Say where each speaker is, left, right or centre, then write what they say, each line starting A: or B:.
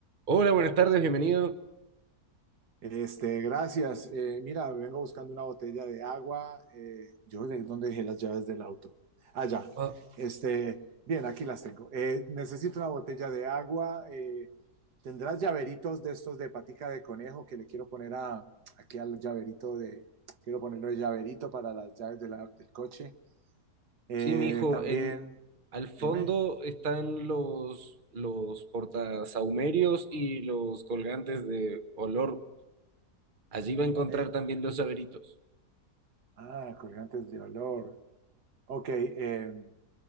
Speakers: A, on the right (about 35°); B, on the right (about 80°).
A: Hola, buenas tardes, bienvenido.
B: Este, gracias. Eh, mira, vengo buscando una botella de agua. Eh, yo, ¿de dónde dejé las llaves del auto? Ah, ya.
A: Ah,
B: Este, bien, aquí las tengo. Eh, necesito una botella de agua. eh, ¿tendrás llaveritos de estos de patica de conejo que le quiero poner a, aquí al llaverito de, quiero ponerle el llaverito para las llaves de la- del coche? Eh,
A: sí, mi hijo,
B: también,
A: en al fondo
B: dime.
A: están los los portasahumerios y los colgantes de olor. Allí va a encontrar
B: Eh,
A: también los llaveritos.
B: ah, colgantes de olor. Ok, em,